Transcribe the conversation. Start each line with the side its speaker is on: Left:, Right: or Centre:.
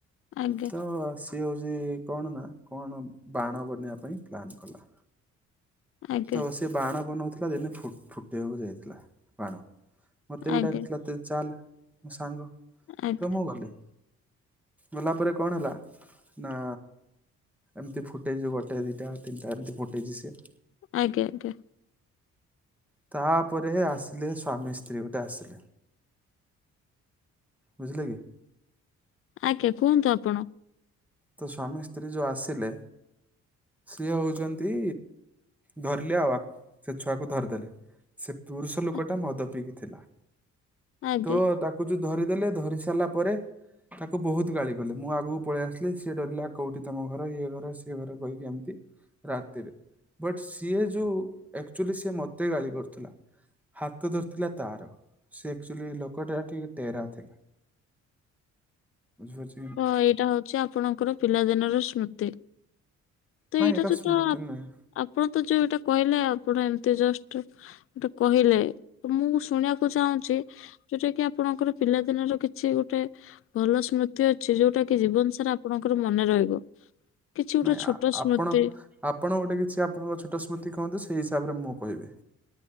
Left: ଆଜ୍ଞା
Centre: ତ ସିଏ ହଉଛି କଣ ନା କଣ ବାଣ ବନେଇବା ପାଇଁ ପ୍ଲାନ୍ କଲା।
Left: ଆଜ୍ଞା
Centre: ତ ସେ ବାଣ ବନଉଥିଲା ଦିନେ ଫୁଟେଇବାକୁ ଯାଇଥିଲା ବାଣ ମୋତେ
Left: ଆଜ୍ଞା
Centre: ବିଡାକି ଥିଲାେ ଚାଲ ମୋ ସାଙ୍ଗ
Left: ଆଜ୍ଞା ଆଜ୍ଞା
Centre: ତ ମୁଁ ଗଲି। ଗଲା ପରେ କଣ ହେଲା ନା ଏମିତି ଫୁଟେଜେ ଗୋଟେ ଦୁଇଟା ତିନିଟା ଏମତି ଫଟେଜି ସେ।
Left: ଆଜ୍ଞା ଆଜ୍ଞା।
Centre: ତାପରେ ଆସିଲେ ସ୍ୱାମୀ ସୀ ସ୍ତ୍ରୀ ଗୋଟେ ଆସିଲେ ବୁଝିଲେ କି?
Left: ଆଜ୍ଞା କୁହନ୍ତୁ ଆପଣ।
Centre: ତ ସ୍ଵାମୀ ସ୍ତ୍ରୀ ଯୋଉ ଆସିଲେ ସିଏ ହଉଛନ୍ତି। ଧରିଲେ ଆଉ ସେ ଛୁଆକୁ ଧରିଦେଲେ ସେ ପୁରୁଷ ଲୋକ
Left: ଆ
Centre: ଟା ମଦ ପିଇକି ଥିଲା
Left: ଆଜ୍ଞା
Centre: ତ ତାକୁ ଯୋଉ ଧରିଦେଲେ ଧରି ସାରିଲା ପରେ ତାକୁ ବହୁତ ଗାଳି କଲେ ମୁଁ ଆଗକୁ ପଳେଇ ଆସିଲି। ସିଏ ଡରିଲା କୋଉଠି ତମ ଘର ଘର ସିଏ ଘର କହିକି ଏମିତି ରାତିରେ ବଟ ସିଏ ଯୋଉ ଆକ୍ଚୁଆଲି ସିଏ ମତେ ଗାଳି କରୁଥିଲା। ହାତ ଧରିଥିଲା ତାର ସେ ଆକ୍ଚୁଲି ଲୋକଟା ଟିକେ ଟେରା ଥିଲା। ବୁଝିହଉଛି।
Left: ହ ଏଇଟା ହଉଛି ଆପଣଙ୍କର ପିଲାଦିନର ସ୍ମୃତି। ତ
Centre: ନାଇଁ
Left: ଏଇଟା ଯୋଉ
Centre: ସ୍ମୃତି
Left: ତ
Centre: ନୁହେଁ
Left: ଆପଣ ତ ଯୋଉ ଏଇଟା କହିଲେ ଆପଣ ଏମତି ଜଷ୍ଟ ଗୋଟେ କହିଲେ ତ ମୁଁ ଶୁଣିବାକୁ ଚାହୁଁଛି ଯୋଉଟା କି ଆପଣଙ୍କର ପିଲାଦିନର କିଛି ଗୋଟେ ଭଲ ସ୍ମୃ ତି ଅଛି ଯୋଉଟା କି ଜୀବନ ସାରା ଆପଣଙ୍କର ମନେ ରହିବ କିଛି ଗୋଟେ
Centre: ନାଇଁ
Left: ଛୋଟ
Centre: ଆ-
Left: ସ୍ମୃତି।
Centre: ଆପଣ ଆପଣ ଗୋଟେ କିଛି ଆପଣଙ୍କ ଛୋଟ ସ୍ମୃତି କୁହନ୍ତି ସେଇ ହିସାବରେ ମୁଁ କହିବି।